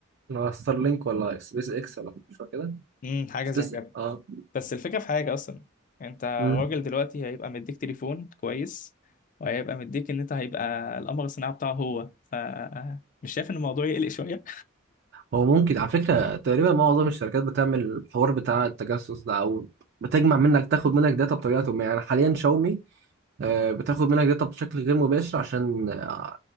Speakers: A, on the right; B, on the left.
A: ولا ستارلينك ولا سبيس اكس ولا مش فاكر كده
B: امم حاجه
A: سبيس
B: زي كده
A: اه
B: بس الفكره في حاجه اصلا انت راجل
A: مم.
B: دلوقتي هيبقى مديك تليفون كويس وهيبقى مديك ان انت هيبقى القمر الصناعي بتاعه هو ف مش شايف ان الموضوع يقلق شويه
A: هو ممكن على فكرة تقريبا معظم الشركات بتعمل الحوار بتاع التجسس ده أو بتجمع منك تاخد منك داتا بطريقة ما يعني حاليا شاومي آه، بتاخد منك داتا بشكل غير مباشر عشان آه،